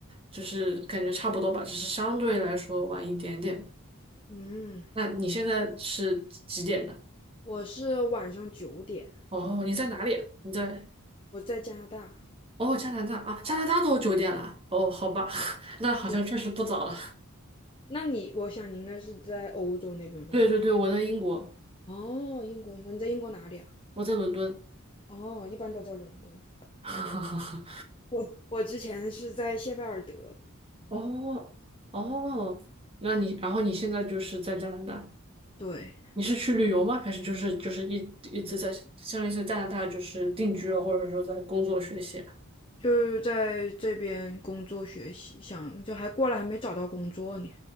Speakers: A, on the right (about 25°); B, on the left (about 25°).
A: 就是感觉差不多吧，只是相对来说晚一点点。
B: 嗯，
A: 那你现在是几点的？
B: 我是晚上九点，
A: 哦，你在哪里啊你在
B: 我在加拿大。
A: 哦加拿大啊？加拿大都九点了。哦，好吧，<laughs> 那好像确实不早了。
B: 对，那你，我想你应该是在欧洲那边吧？
A: 对对对，
B: 应该。
A: 我在英国，
B: 哦，英国，英国，你在英国哪里啊？
A: 我在伦敦。
B: 哦，一般都在伦敦。
A: <laughs>
B: 我我之前是在谢菲尔德。
A: 哦哦，那你然后你现在就是在加拿大，
B: 对。
A: 你是去旅游吗？还是就是就是一一直在相当于是加拿大就是定居了，或者说在工作学习啊
B: 就是在这边工作学习，想就还过来还没找到工作呢。